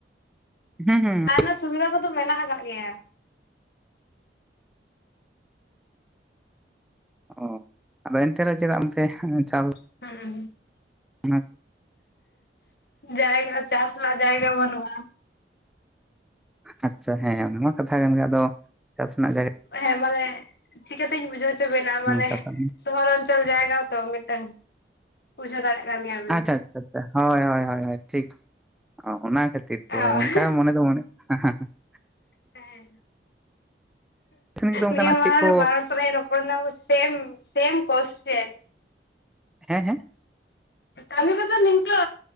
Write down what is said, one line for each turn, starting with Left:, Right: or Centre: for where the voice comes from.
Centre: ᱦᱩᱸ ᱦᱩᱸ
Left: ᱨᱮᱱᱟᱜ ᱥᱩᱵᱤᱫᱷᱟ ᱠᱚᱫᱚ ᱢᱮᱱᱟᱜ ᱟᱠᱟᱜ ᱜᱮᱭᱟ
Centre: ᱚ ᱟᱫᱚ ᱮᱱᱛᱮ ᱨᱮᱦᱚᱸ ᱪᱮᱫᱟᱜ <unintelligible> ᱪᱟᱥ
Left: <unintelligible>
Centre: <unintelligible>
Left: ᱡᱟᱭᱜᱟ ᱪᱟᱥ ᱨᱮᱱᱟᱜ ᱡᱟᱭᱜᱟ ᱵᱟᱹᱱᱩᱜᱼᱟ
Centre: ᱟᱪᱪᱷᱟ ᱦᱮᱸ ᱚᱱᱟ ᱢᱟ ᱠᱟᱛᱷᱟ ᱠᱟᱱ ᱜᱮᱭᱟ ᱟᱫᱚ ᱪᱟᱥ ᱨᱮᱱᱟᱜ ᱡᱟᱭᱜᱟ
Left: ᱦᱮᱸ ᱢᱟᱱᱮ ᱪᱤᱠᱟᱹᱛᱤᱧ ᱵᱩᱡᱷᱟᱹᱣ ᱦᱚᱪᱚ ᱵᱮᱱᱟ ᱢᱟᱱᱮ
Centre: ᱪᱟᱥᱟ
Left: ᱥᱚᱦᱚᱨ ᱚᱧᱪᱚᱞ ᱡᱟᱭᱜᱟ ᱛᱚ ᱢᱤᱫ ᱴᱟᱝ ᱵᱩᱡᱷᱟᱹᱣ ᱫᱟᱲᱮᱭᱟᱜ ᱠᱟᱱ ᱜᱮᱭᱟ ᱵᱤᱱ
Centre: ᱟᱪᱪᱷᱟ ᱟᱪᱪᱷᱟ ᱟᱪᱪᱷᱟ ᱦᱳᱭ ᱦᱳᱭ ᱦᱳᱭ ᱴᱷᱤᱠ ᱚᱱᱟ ᱠᱷᱟᱹᱛᱤᱨ ᱛᱮ
Left: ᱦᱮᱸ
Centre: ᱚᱱᱠᱟ ᱢᱚᱱᱮ ᱫᱚ ᱢᱚᱱᱮᱜ <unintelligible>
Left: ᱦᱮᱸ
Centre: ᱠᱟᱹᱢᱤ ᱠᱚᱫᱚ ᱚᱱᱠᱟᱱᱟᱜ
Left: ᱱᱤᱭᱟᱹ ᱢᱟᱲᱟᱝ
Centre: ᱪᱮᱫ ᱠᱚ
Left: ᱨᱮ ᱵᱟᱨ ᱦᱚᱲ ᱥᱟᱞᱟᱜ ᱤᱧ <unintelligible> <unintelligible> ᱥᱮᱢ ᱥᱮᱢ ᱠᱚᱥ ᱪᱮᱱ
Centre: ᱦᱮᱸ ᱦᱮᱸ
Left: ᱠᱟᱹᱢᱤ ᱠᱚ ᱫᱚ ᱱᱤᱝᱠᱟᱹ